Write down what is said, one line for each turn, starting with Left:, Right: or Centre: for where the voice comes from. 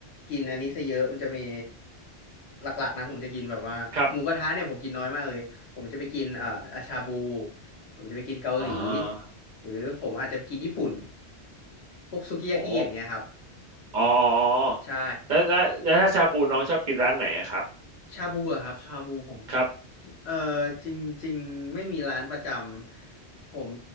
Left: กินอันนี้ซะเยอะมันจะมีหลักๆนะผมจะกินแบบว่าหมูกระทะเนี่ยผมกินน้อยมากเลยผมจะไปกินเอ่ออาชาบู
Right: ครับ
Left: ผมจะไปกินเกาหลี
Right: อ่า
Left: หรือผมอาจจะไปกินญี่ปุ่นพวกซูกิยากิอย่างเงี้ยครับ
Right: อ๋ออ๋ออ๋ออ๋อ
Left: ใช่
Right: แล้วแล้วแล้วถ้าชาบูน้องชอบกินร้านไหนอะครับ
Left: ชาบูอะครับชาบูผม
Right: ครับ
Left: เอ่อจริงๆไม่มีร้านประจำผม